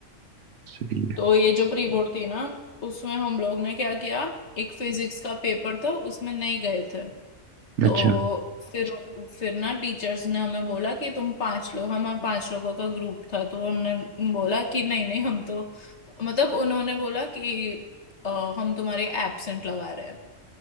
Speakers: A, on the right; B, on the left.
A: सही है
B: तो ये जो प्री बोर्ड थी ना उसमें हम लोग ने क्या किया एक फिजिक्स का पेपर था उसमें नहीं गए थे
A: अच्छा
B: तो फिर फिर ना टीचर्स ने हमें बोला कि तुम पांच लोग हम पांच लोगों का ग्रुप था तो हमने बोला कि नहीं नहीं हम तो मतलब उन्होंने बोला कि अ, हम तुम्हारे एब्सेंट लगा रहे हैं